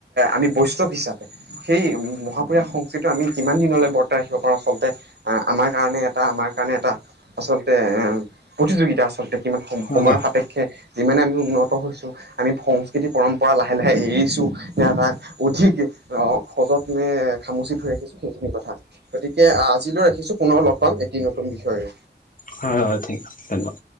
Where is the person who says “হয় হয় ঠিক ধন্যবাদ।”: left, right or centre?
Left